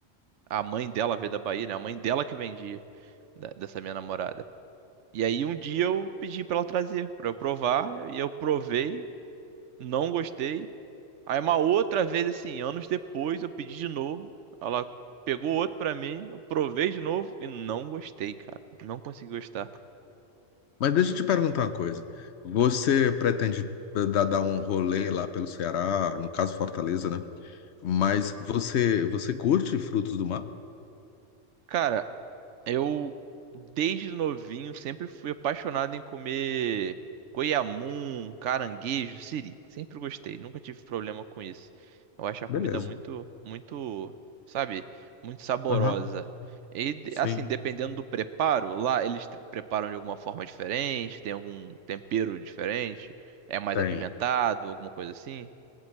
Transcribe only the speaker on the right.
A mãe dela veio da Bahia, né? A mãe dela que vendia, da- dessa minha namorada. E aí um dia eu pedi pra ela trazer, pra eu provar, e eu provei, não gostei. Aí uma outra vez assim, anos depois, eu pedi de novo, ela pegou outro pra mim, eu provei de novo e não gostei, cara. Não consegui gostar.
Cara, Eu, desde novinho, sempre fui apaixonado em comer goiamum, caranguejo, siri. Sempre gostei, nunca tive problema com isso. Eu acho a
comida muito, muito, sabe, muito saborosa.
E, de-
assim, dependendo do preparo, lá eles tre- preparam de alguma forma diferente, tem algum tempero diferente, é mais
apimentado, alguma coisa assim.